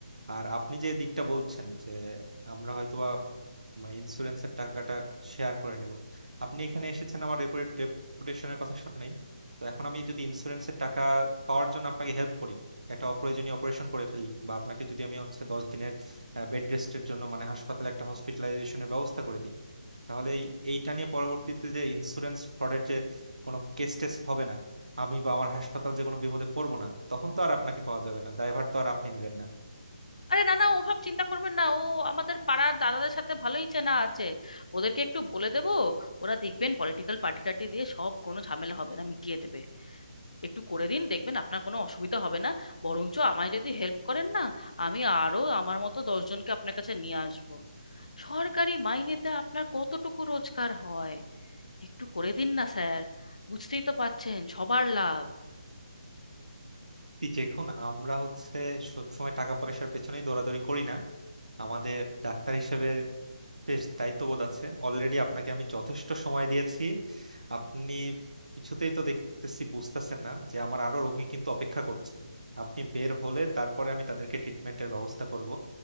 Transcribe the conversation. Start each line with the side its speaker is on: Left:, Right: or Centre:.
Right: আর আপনি যে দিকটা বলছেন যে আমরা হয়তোবা মানে ইন্স্যুরেন্সের টাকাটা শেয়ার করে নিব আপনি এখানে এসেছেন আমার রেপুটেশনের কথা শুনেই তো এখন আমি যদি ইন্স্যুরেন্সের টাকা পাওয়ার জন্য আপনাকে হেল্প করি একটা অপ্রয়োজনীয় অপারেশন করে ফেলি বা আপনাকে যদি আমি হচ্ছে দশ দিনের বেড রেস্টের জন্য মানে হাসপাতালে একটা হসপিটালাইজেশনের ব্যবস্থা করে দিই তাহলে এই এইটা নিয়ে পরবর্তীতে যে ইন্স্যুরেন্স ফ্রডের যে কোনো কেস টেস হবে না আমি বা আমার হাসপাতাল যে কোনো বিপদে পড়বো না তখন তো আর আপনাকে পাওয়া যাবে না দায়ভার তো আর আপনি নিবেন না
Left: আরে না না ওসব চিন্তা করবেন না ও আমাদের পাড়ার দাদাদের সাথে ভালোই চেনা আছে ওদেরকে একটু বলে দেবো ওরা দেখবেন পলিটিক্যাল পার্টি টাটি দিয়ে সব কোনো ঝামেলা হবে না মিটিয়ে দেবে একটু করে দিন দেখবেন আপনার কোনো অসুবিধা হবে না বরঞ্চ আমায় যদি হেল্প করেন না আমি আরো আমার মতো দশজনকে আপনার কাছে নিয়ে আসবো সরকারি মাইনেতে আপনার কতটুকু রোজগার হয় একটু করে দিন না স্যার বুঝতেই তো পারছেন সবার লাভ
Right: এই দেখুন আমরা হচ্ছে সবসময় টাকা পয়সার পেছনেই দৌড়াদৌড়ি করি না আমাদের ডাক্তার হিসেবে বেশ দায়িত্ববোধ আছে অলরেডি আপনাকে আমি যথেষ্ট সময় দিয়েছি আপনি কিছুতেই তো দেখতেছি বুঝতেছেন না যে আমার আরো রোগী কিন্তু অপেক্ষা করছে আপনি বের হলে তারপরে আমি তাদেরকে ট্রিটমেন্টের ব্যবস্থা করব